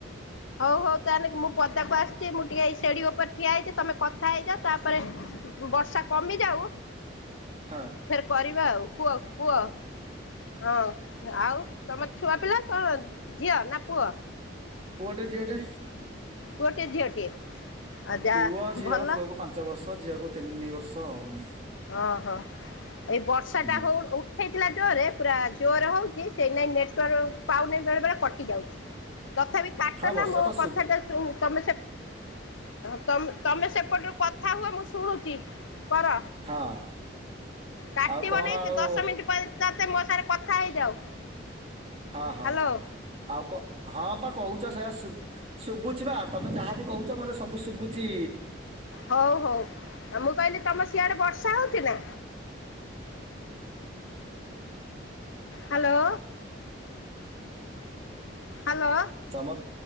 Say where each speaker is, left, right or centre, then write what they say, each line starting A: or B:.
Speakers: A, on the left; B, on the right.
A: ହୋଉ ହୋଉ ତାହେଲେ ମୁଁ ପଦାକୁ ଆସିଛି ମୁଁ ଟିକେ ଏଇ ସେଢି ଉପରେ ଠିଆ ହେଇଛି ତମେ କଥା ହେଇଯାଅ ତାପରେ ବର୍ଷା କମି ଯାଉ
B: ହଁ।
A: ଫେର କରିବା ଆଉ କୁହ କୁହ। ହଁ ଆଉ ତମର ଛୁଆ ପିଲା କଣ ଝିଅ ନା ପୁଅ?
B: ପୁଅଟେ ଝିଅଟେ।
A: ପୁଅ ଟିଏ ଝିଅଟିଏ ଆଉ ଯା
B: ପୁଅ ଝିଅ
A: ଭଲ
B: ପୁଅକୁ ପାଞ୍ଚ ବର୍ଷ ଝିଅକୁୁ ତିନି ବର୍ଷ ଆଉ।
A: ଓହୋ ଏଇ ବର୍ଷା
B: ହୁଁ
A: ଟା ହୋଉ ଉ ହେଇଥିଲା ଜୋରରେ ପୁରା ଜୋର ହୋଉଛି ସେଁଇ ନାଗି ନେଟୱର୍କ ପାଉ ନାହିଁ ବେଳେ ବେଳେ କଟି ଯାଉଛି। ତଥାପି କାଟ
B: ହଁ ବର୍ଷା
A: ନା ମୋ
B: ତ ଶୁ
A: କଥାଟା ତମେ ସେ ହ ତମେ ତମେ ସେପଟରୁ କଥା ହୁଅ ମୁଁ ଶୁଣୁଛି କର।
B: ହଁ
A: କାଟିବ
B: ଆଉ କଣ
A: ନାଇ
B: ଆଉ
A: ଦଶ ମିନିଟ୍ ପରେତେ ମୋ ସାଙ୍ଗେ କଥା ହେଇଯାଉ।
B: ହଁ ହଁ
A: ହ୍ୟାଲୋ
B: ଆଉ କ ହଁ ପା କହୁଛ ସେ ସେୟା ସୁୁ ଶୁଭୁଛି ବା ତମେ ଯାହାବି କହୁଛ ମୋତେ ସବୁ ଶୁଭୁଚି।
A: ହଉ ହଉ ଆଉ ମୁଁ କହିଲି ତମ ସିଆଡେ ବର୍ଷା ହଉଛି ନା? Hello hello.
B: ତମ